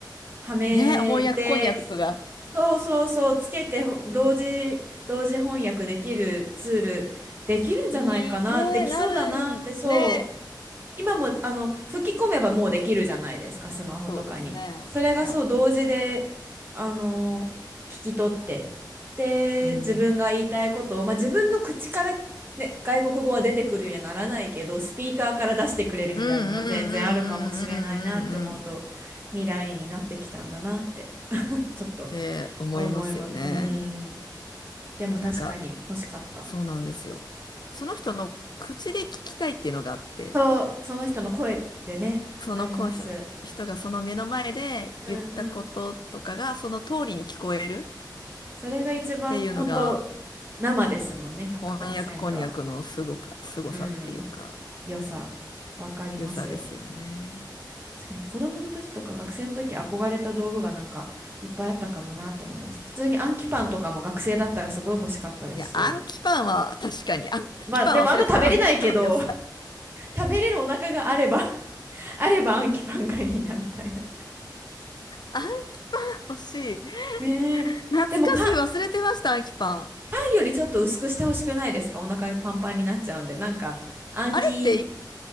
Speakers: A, on the right; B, on the left.
A: はめて
B: ね、翻訳こんにゃくが、
A: そうそうそう、つけてほ同時、同時翻訳できるツール、できるんじゃないかな、
B: に、ね、
A: できそうだなって、
B: なるん、
A: そう、
B: ね、
A: 今も、あの、吹き込めばもうできるじゃないですか、スマホとかに。
B: そうですね。
A: それがそう、
B: はい。
A: 同時で、あの、聞き取って、で、
B: うん。
A: 自分が言いたいことを、まあ、自分の口から、ね、外国語は出てくるようにはならないけど、スピーカーから出してくれるみたいなのは全然あるかもしれないなって思うと、
B: うんうんうんうんうんうんうんっ
A: 未来になってきたんだなって、ちょっと。
B: て思いますよね。
A: 思います。うーん。でも確かに欲しかった。
B: でもなんか、そうなんですよ。その人の口で聞きたいっていうのがあって、
A: そう、その人の声でね、
B: そのこの人、
A: わかります。
B: 人がその目の前で言ったこととかがその通りに聞こえる
A: うんうん。それが一番本当
B: っていうのが
A: 生ですもんね、100%。
B: 翻訳こんにゃくのすごか、すごさっていうか、
A: うん。良さ、わかります。
B: 良さですよね。
A: 確かに子供の時とか学生の時憧れた道具がなんかいっぱいあったかもなって思いました。普通に暗記パンとかも学生だったらすごい欲しかったですし。
B: いや、暗記パンは確かに、暗記パン忘れてた、
A: まあでもあんな食べれないけど、
B: 暗記パンの良さ。
A: <laughs> 食べれるお腹があれば <laughs> あれば暗記パンがいいなみたいな。
B: アンキパン欲しい。
A: ねえ。
B: 懐かしい。
A: でもパン、パ
B: 忘れてました、アンキパン。
A: ンよりちょっと薄くしてほしくないですかお腹パンパンになっちゃうんで。なんか、暗記
B: あれってい